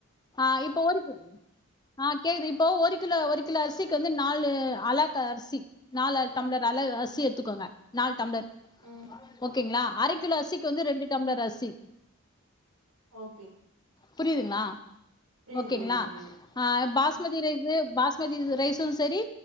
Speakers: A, on the left; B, on the right.
A: ஆஹ் இப்போ ஒரு ஆஹ் கேக்குது இப்போ ஒரு கிலோ ஒரு கிலோ அரிசி வந்து நாலு அலாக்கு நாலு டம்ளர் அளவு அரிசி எடுத்துக்கோங்க நாலு டம்ளர்
B: ம்ம்
A: ஓகேங்களா அரை கிலோ அரிசிக்கு வந்து ரெண்டு டம்ளர் அரிசி
B: ஓகே
A: புரியுதுங்களா
B: புரியுது
A: ஓகேங்களா
B: புரியுது புரியுது
A: ஆஹ பாஸ் பாஸ்மதி ரைஸ் பாஸ்மதி ரைசும் சரி